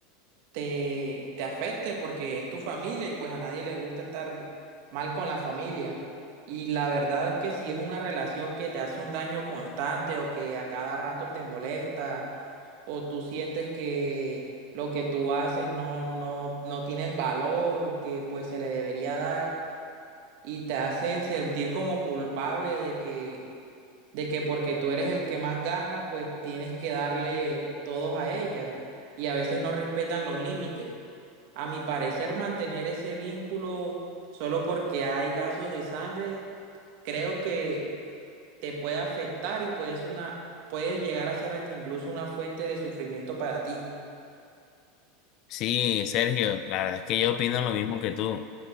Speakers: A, on the right; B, on the left.
A: te, te afecte porque es tu familia y pues a nadie le gusta estar mal con la familia. Y la verdad que si es una relación que te hace un daño constante o que a cada rato te molesta o tú sientes que lo que tú haces no, no, no tiene el valor que pues se le debería dar y te hacen sentir como culpable de que, de que porque tú eres el que más gana, pues tienes que darle todos a ella y a veces no respetan los límites. A mi parecer, mantener ese vínculo solo porque hay lazos de sangre, creo que te puede afectar y puede ser una, puede llegar a ser hasta incluso una fuente de sufrimiento para ti.
B: Sí, Sergio, la verdad es que yo opino lo mismo que tú.